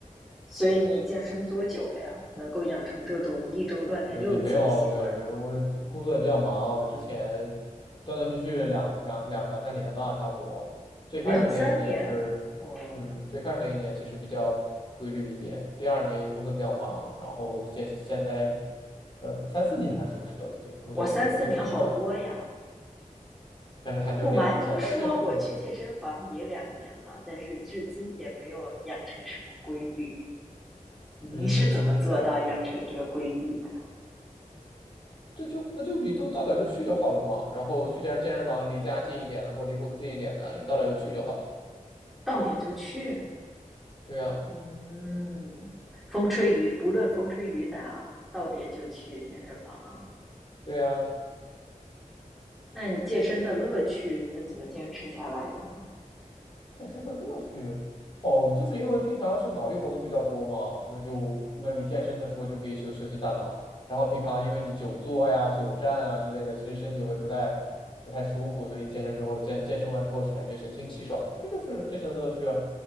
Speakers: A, in the centre; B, on the left.
A: 所以你健身多久了呀？能够养成这种一周锻炼六次的习惯？
B: 呃，也没有没有没有，我工作也比较忙，我之前断断续续两两两两三年吧，差不多，最开始那一年是，
A: 两三年？哦，
B: 嗯，最开始那一年其实比较规律一点，第二年工作比较忙，然后现现在，呃，三四年了，是不是都已经，我都我都快记不得了。
A: 我三四年好多呀。
B: 但是还没有练得很好。
A: 不瞒您说，
B: 但是就是，
A: 我去健身房也两年了，
B: 嗯，
A: 但是至今也没有养成什么规律。你是怎么做到养成这个规律的？
B: 嗯，那样这就那就你都到点儿就去就好了嘛。然后去健身健身房，离家近一点的或者离公司近一点的，你到点儿就去就好了。
A: 到点就去，
B: 对呀，
A: 嗯，风吹雨，不论风吹雨打，到点就去健身房啊。
B: 对呀，
A: 那你健身的乐趣，你是怎么坚持下来的呢？
B: 健身的乐趣哦，就是因为平常是脑力活动比较多嘛，那就那你健身的时候就可以休休息大脑。然后平常因为你久坐呀、久站啊之类的，其实身体会不太不太舒服，所以你健身之后健健身完之后是感觉神清气爽的，这就是健身的乐趣啊。